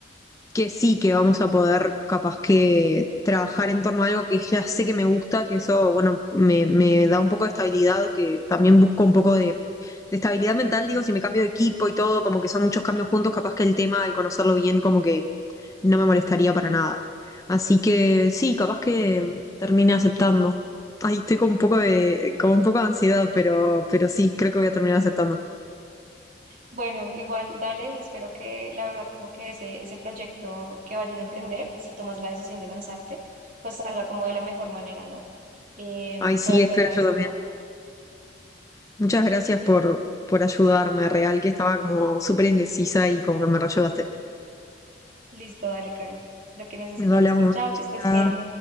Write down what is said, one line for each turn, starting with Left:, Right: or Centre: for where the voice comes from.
Left: que sí, que vamos a poder capaz que trabajar en torno a algo que ya sé que me gusta, que eso, bueno, me, me da un poco de estabilidad, que también busco un poco de, de estabilidad mental, digo, si me cambio de equipo y todo, como que son muchos cambios juntos, capaz que el tema, al conocerlo bien, como que no me molestaría para nada. Así que sí, capaz que termine aceptando. Ay, estoy con un poco de, con un poco de ansiedad, pero, pero sí, creo que voy a terminar aceptando.
Right: Bueno, igual dale y espero que la verdad como que ese, ese proyecto que vayas a emprender, si tomas la decisión de lanzarte, pues salga como de la mejor manera, ¿no? Eh,
Left: Ay,
Right: y
Left: sí,
Right: puedas
Left: espero
Right: verlo de
Left: yo
Right: esa
Left: también.
Right: forma.
Left: Muchas gracias por, por ayudarme, real, que estaba como súper indecisa y como que me reayudaste.
Right: Listo, dale, Caro. Lo que necesites.
Left: Nos hablamos.
Right: Chao, que estés
Left: Chao.
Right: bien.